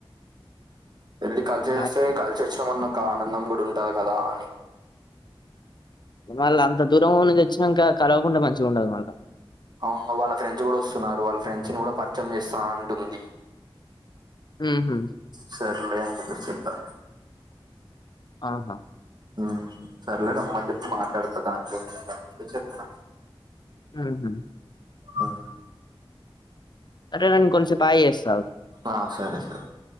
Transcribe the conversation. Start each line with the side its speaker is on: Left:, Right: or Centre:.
Right: వెళ్ళీ కలిషోస్తే
Left: మరి
Right: కలిసి వచ్చినం అన్న ఒక ఆనందం కూడా ఉంటంది గదా అని
Left: ఉమ్ వాల్ అంత దూరం నుంచి వచ్చినంక కలవకుండా మంచిగా ఉండదు మళ్ళీ
Right: అవును వాళ్ళ ఫ్రెండ్స్ గూడా వస్తున్నారు వాళ్ళ ఫ్రెండ్స్ ని కూడా పరిచయం చేస్తా అంటుంది
Left: ఊహూ
Right: సర్లే అని చెప్పేసి చెప్పా
Left: ఆహా
Right: ఉమ్ సర్లే రమ్మని చెప్పి మాట్లాడాకు దంతో <unintelligible> అని చెప్పిన
Left: ఉహు
Right: ఉమ్
Left: అరే నేన్ కొంసేపు ఆగి చేస్తాగూ
Right: ఆ, సరే సరే